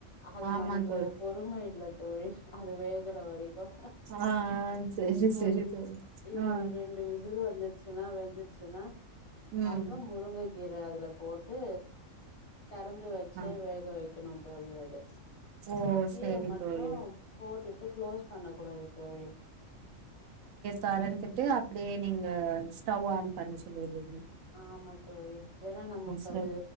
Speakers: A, on the left; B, on the right.
A: அது
B: ஆமா
A: நமக்கு
B: தோழி
A: பொறுமை இல்ல தோழி அது வேகற வரைக்கும்
B: ஆ செரி
A: இது
B: செரி
A: ஒரு
B: தோழி
A: இது
B: ஆ
A: ஒரு ரெண்டு விசில் வந்துச்சுன்னா வெந்துச்சுனா
B: ம்
A: அப்புறம் முருங்கை கீரை அதுல போட்டு தெறந்து வச்ச
B: ஆ
A: வேக வைக்கணும் தோழி அத
B: ஓ
A: கீர
B: செரி
A: மட்டும்
B: தோழி
A: போட்டுட்டு க்ளோஸ் பண்ண கூடாது தோழி
B: தறந்துட்டு அப்படியே நீங்க ஸ்டவ் ஆன் பண்ண சொல்லிரு
A: ஆமா தோழி ஏன்னா நமக்கு
B: சரி
A: அது